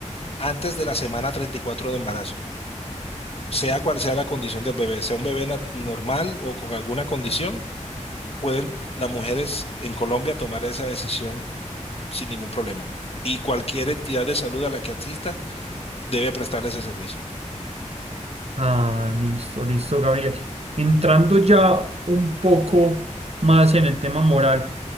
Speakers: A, on the left; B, on the right.
A: antes de la semana 34 de embarazo, sea cual sea la condición del bebé, sea un bebé na- normal o con alguna condición, pueden las mujeres en Colombia tomar esa decisión sin ningún problema. Y cualquier entidad de salud a la que asista debe prestarle ese servicio.
B: Ah, listo, listo, Gabriel. Entrando ya un poco más en el tema moral,